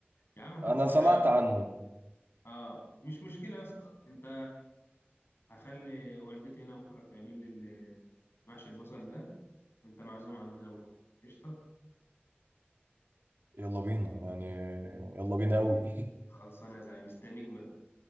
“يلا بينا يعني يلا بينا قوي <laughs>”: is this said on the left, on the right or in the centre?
Right